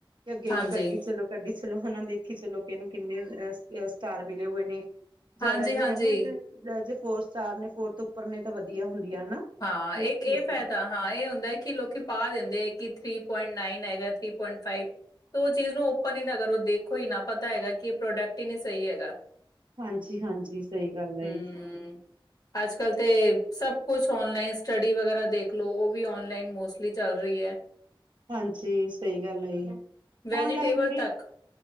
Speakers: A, on the right; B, on the left.
A: ਤੇ ਅੱਗੇ-ਅੱਗੇ
B: ਹਾਂਜੀ
A: ਕੱਢੀ ਚਲੋ। ਕੱਢੀ ਚਲੋ ਹਨਾ ਦੇਖੀ ਚਲੋ ਕਿ ਇਹਨੂੰ ਕਿੰਨੇ ਅ ਸਟਾਰ ਮਿਲੇ ਹੋਏ ਨੇ। ਜ਼ਿਆਦਾ
B: ਹਾਂਜੀ
A: ਜੇ
B: ਹਾਂਜੀ
A: ਕਹਿੰਦੇ ਜੇ ਫੋਰ ਸਟਾਰ ਨੇ ਫੋਰ ਉੱਪਰ ਨੇ ਤਾਂ ਵਧੀਆ ਹੁੰਦੀਆਂ ਹਨਾ
B: ਹਾਂ,
A: ਹਰੇਕ
B: ਇੱਕ
A: ਚੀਜ਼
B: ਇਹ ਫ਼ਾਇਦਾ
A: ਦਾ
B: ਹਾਂ, ਇਹ ਹੁੰਦਾ ਹੈ ਕਿ ਲੋਕੀ ਪਾ ਦਿੰਦੇ ਹੈ ਕਿ ਥਰੀ ਪੁਆਇੰਟ ਨਾਈਨ ਹੈਗਾ ਥਰੀ ਪੁਇੰਟ ਫਾਈਵ। ਤੇ ਉਹ ਚੀਜ਼ ਨੂੰ ਓਪਨ ਹੀ ਨਾ ਕਰ ਉਹ ਦੇਖੋ ਹੀ ਨਾ ਪਤਾ ਹੈਗਾ ਕਿ ਇਹ ਪ੍ਰੋਡਕਟ ਹੀ ਨਹੀਂ ਸਹੀ ਹੈਗਾ।
A: ਹਾਂਜੀ-ਹਾਂਜੀ, ਸਹੀ ਗੱਲ ਜੀ।
B: ਹਮ ਅੱਜ ਕੱਲ੍ਹ ਤੇ, ਸਭ ਕੁਛ ਆਨਲਾਈਨ ਸਟੱਡੀ ਵਗੈਰਾ ਦੇਖ ਖਲੋ ਉਹ, ਵੀ ਆਨਲਾਈਨ ਮੋਸਟਲੀ ਚੱਲ ਰਹੀ ਹੈ।
A: ਹਾਂਜੀ, ਸਹੀ ਗੱਲ ਹੈ ਜੀ,
B: ਵੈਜੀਟੇਬਲ
A: ਆਨਲਾਈਨ ਵੀ
B: ਤੱਕ